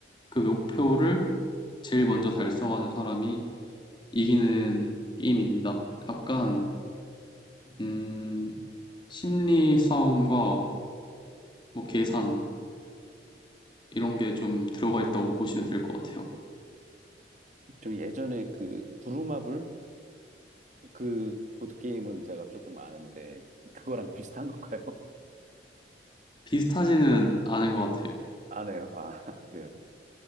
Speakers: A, on the left (about 25°); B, on the right (about 40°).
A: 그 목표를 제일 먼저 달성하는 사람이 이기는 게임입니다. 약간 음, 심리 싸움과 뭐 계산 이런 게 좀
B: 음.
A: 들어가 있다고 보시면 될 것 같아요.
B: 좀 예전에 그 부루마블 그 보드게임은 제가 조금 아는데, 그거랑 비슷한 건가요? <laughs>
A: 비슷하지는 않은 것 같아요.
B: 안 해요? 아, <laughs> 그래요?